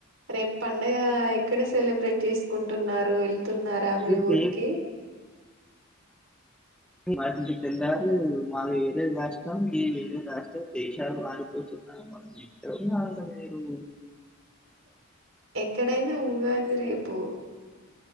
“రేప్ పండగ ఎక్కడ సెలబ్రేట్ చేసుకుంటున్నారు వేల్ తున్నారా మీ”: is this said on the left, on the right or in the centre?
Right